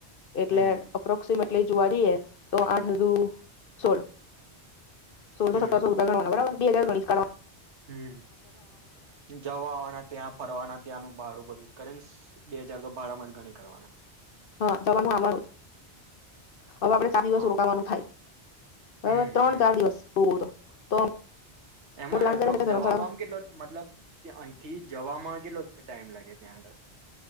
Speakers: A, on the left; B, on the right.
A: એટલે
B: હમ
A: અપ્રોક્સમે લી જોવાળી તો આઠ દુ સોળ. સોલસો
B: હમ
A: સતરસો રૂપિયા કરવાના બરાબર. એ મળાવ <unintelligible>
B: હમ, જવાવાના ત્યાં ફરવાના ત્યાંનું ભાડું બધું કરે ને બે હાજાર તો બારમાં જ ગણી કાઢવાના.
A: હા જવાનું આમારું <unintelligible> હવે આપડણે ચાર દિવસ
B: હા
A: રોકાવાનું થાય, બરોબર
B: હમ
A: ત્રણ
B: હમ
A: ચાર દિવસ હો તો તો અમે
B: એમાં
A: પ્લાન
B: એપ્રોક્સ
A: કર્યા છે કે ધર્મશાળામાં
B: જવાવામાં કેટલો મતલબ અહીંથી જવામાં લો ટાઈમ લાગે છે આગળ?